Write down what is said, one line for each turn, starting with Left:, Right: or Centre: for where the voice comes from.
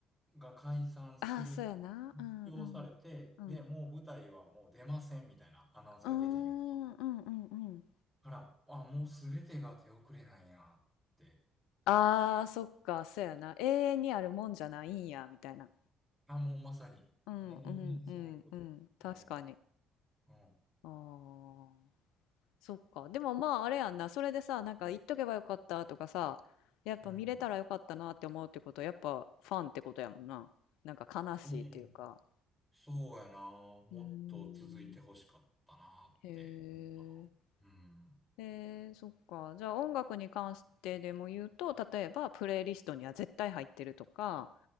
Centre: が解散する、
Left: ああ、そうやな。
Centre: 発表されて、
Left: うんうん。うん。
Centre: で、もう舞台はもう出ませんみたいなアナウンスが出てんやんか。
Left: うーん、うんうんうん。
Centre: あら、あ、もうすべてが手遅れなんやって。
Left: ああ、そっか、そうやな。永遠にあるもんじゃないんや、みたいな。
Centre: あ、もうまさに、
Left: うんうんうんうん。
Centre: もうほんまにそういうこと。うん、
Left: 確かに。
Centre: うん、
Left: ああ。そっか。でもまああれやんな。それでさ、なんか言っとけばよかったとかさ、やっぱ見れたらよかったなって思うってことは、
Centre: うん。
Left: やっぱファンってことやもんな。なんか悲しいっていうか。
Centre: うんそうやな。もっと続いて欲しかったなって思うかな。
Left: うーん。へえ。
Centre: うん。
Left: えー、そっか。じゃあ音楽に関してでも言うと、例えばプレイリストには絶対入ってるとか、